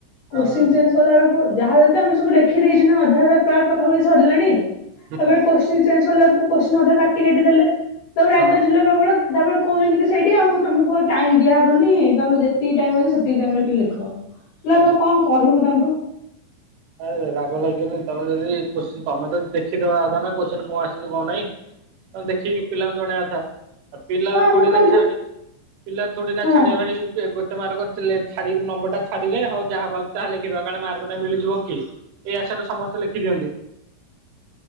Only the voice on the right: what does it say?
ହଁ
ହୁଁ
ହଁ
ହୁଁ।
ଆରେ ରାଗ ଲାଗିବନି ତମେ ଯଦ କୋଶ୍ଚି ତମେ ତ ଦେଖିଦବା କଥା ନା କୋଶ୍ଚିନ୍ କଣ ଆସିଛି କଣ ନାଇଁ? ତମେ ଦେଖିକି ପିଲାଙ୍କୁ ଜଣେଇବା କଥା। ଆଉ ପିଲା
ଥୋଡି
ନା ଛାଡି ପିଲା ଥୋଡିନା
ଛାଡି ଭାଇ ଏବେ ଟେ ମାର୍କ ଥିଲେ ଛାଡି ନମ୍ବରଟା ଛାଡିଲେ ହୋଉ ଯାହା ପାଉଛି ତାହା ଲେଖଦବା କାଳେ ମାର୍କଟା ମିଳିଯିବ କି ଏଇ ଆଶା ରେ ସମସ୍ତେ ଲେଖି ଦିଅନ୍ତି ‌।